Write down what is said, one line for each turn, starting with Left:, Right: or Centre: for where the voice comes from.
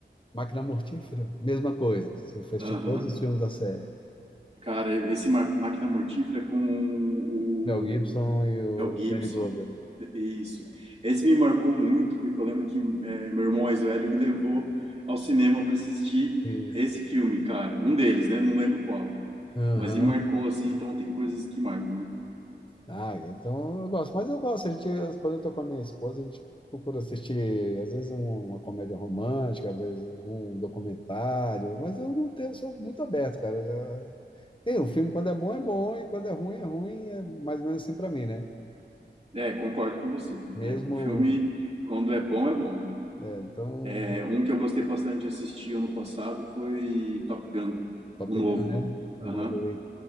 Left: Máquina Mortífera, mesma coisa. Se Eu fui assistir
Right: Aham.
Left: todos os filmes da série.
Right: Cara, esse Ma- Máquina Mortífera com o
Left: Mel Gibson e o
Right: Mel Gibson,
Left: Danny Glover.
Right: isso. Esse me marcou muito, porque eu lembro que é, meu irmão mais velho me levou ao cinema para assistir
Left: Isso.
Right: esse filme, cara. Um deles, né? Não lembro qual.
Left: Aham.
Right: Mas me marcou assim, então tem coisas que marcam,
Left: Ah, então eu gosto. Mas eu gosto. A gente, quando eu tô com a minha esposa, a gente procura assistir, às vezes, um- uma comédia romântica, às vezes, um documentário. Mas eu não tenho, eu sou muito aberto, cara. Já... Tem, o filme, quando é bom, é bom, e quando é ruim, é ruim. É mais ou menos assim pra mim, né?
Right: né? É, concordo com você.
Left: Mesmo.
Right: É, o filme, quando é bom, é bom.
Left: é, então,
Right: É, um que eu gostei bastante de assistir ano passado foi Top Gun,
Left: só
Right: o
Left: pegando,
Right: novo.
Left: né? Uma
Right: Aham,
Left: vez.